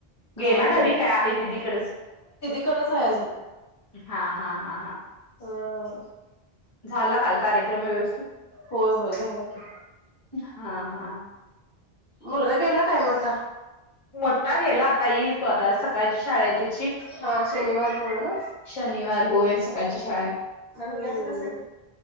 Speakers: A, on the left; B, on the left.
A: काय
B: गेला घरी काय आहे दिदीकडच?
A: कडच आहे अजून.
B: हा हा हा हा.
A: होयय.
B: झाला काल कार्यक्रम व्यवस्थित?
A: होय होय झाला की,
B: हा हा हा.
A: मुलगा गेला काय मोठा?
B: मोठा गेला आता येईल तो आता सकाळची शाळा आहे तेची.
A: हा शनिवार मुळ ना
B: शनिवार होय सकाळची शाळा हाय.
A: हम्म